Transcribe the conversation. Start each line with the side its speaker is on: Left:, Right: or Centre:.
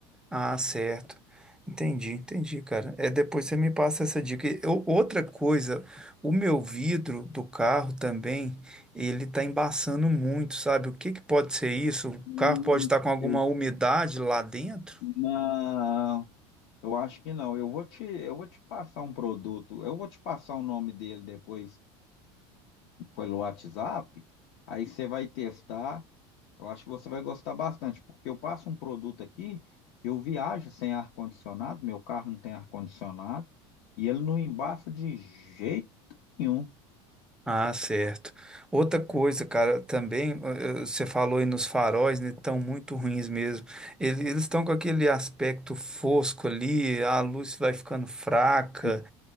Centre: Ah, certo. Entendi, entendi, cara. É, depois você me passa essa dica. E eu- outra coisa, o meu vidro do carro também, ele tá embaçando muito, sabe? O que que pode ser isso? O
Left: Hum,
Centre: carro pode estar com alguma
Left: eu
Centre: umidade lá dentro?
Left: não. Eu acho que não. Eu vou te, eu vou te passar um produto. Eu vou te passar o nome dele depois pelo WhatsApp. Aí você vai testar. Eu acho que você vai gostar bastante, porque eu passo um produto aqui que eu viajo sem ar-condicionado, meu carro não tem ar-condicionado, e ele não embaça de jeito nenhum.
Centre: Ah, certo. Outra coisa, cara, também, eh, eh, você falou aí nos faróis, né, estão muito ruins mesmo. Ele- Eles estão com aquele aspecto fosco ali, a luz vai ficando fraca,
Left: Aí,